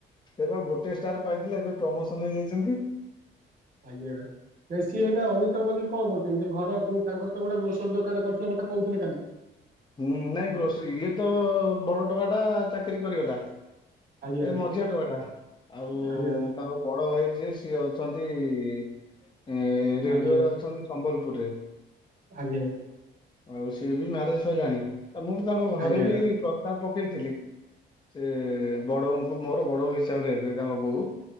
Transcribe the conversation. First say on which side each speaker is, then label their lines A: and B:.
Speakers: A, on the left; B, on the right.
A: ଏବେ ଗୋଟେ ଷ୍ଟାର ପାଇଥିଲେ ଏବେ ପ୍ରମୋସନ ହେଇଯାଇଛନ୍ତି।
B: ଆଜ୍ଞା। ନାଇ ସିଏ ନା ଅନିତା ମଲିକ୍ କଣ କରୁଛନ୍ତି? ସେ ଘର ଅଛନ୍ତି ତାଙ୍କର ତ ଗୋଟେ ଗ୍ରୋସରୀ ଦୋକାନ କରିଥିଲେ ମତେ କହୁଥିଲେ କାଲି।
A: ହଁ ନାଇଁ ଗ୍ରୋସରୀ ଇଏ ତ ବଡ ଟୋକା ଟା ଚାକିରୀ କରିଗଲା।
B: ଆଜ୍ଞା
A: ଏଇ ମଝିଆ ଟୋକା ଟା ଆଉ
B: ଆଜ୍ଞା
A: ତାଙ୍କ ବଡ ଭାଇ ଯିଏ ସିଏ ଅଛନ୍ତି ଏ ରେଲୱେରେ
B: ଆଜ୍ଞା
A: ଅଛନ୍ତି ସମ୍ବଲପୁରରେ।
B: ଆଜ୍ଞା।
A: ଆଉ ସିଏ ବି ମ୍ୟାରେଜ ସଇଲାଣି। ଆ ମୁଁ ବି ତାଙ୍କ ଘରେ
B: ଆଜ୍ଞା
A: ବି ପ୍ର ପ୍ରସ୍ତାବ ପକେଇଥିଲି। ସେ ବଡବୋଉ ଙ୍କୁ ମୋର ବଡବୋଉ ହିସାବରେ ହେବେ ତାଙ୍କ ବୋଉ।